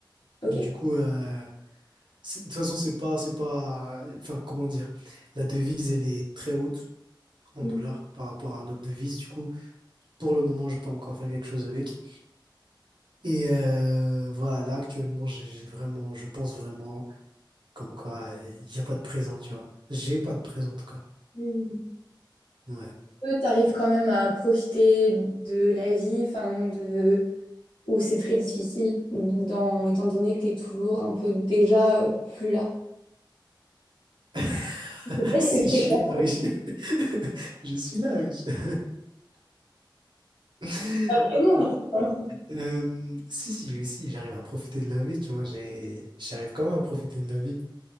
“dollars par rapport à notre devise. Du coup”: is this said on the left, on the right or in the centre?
Right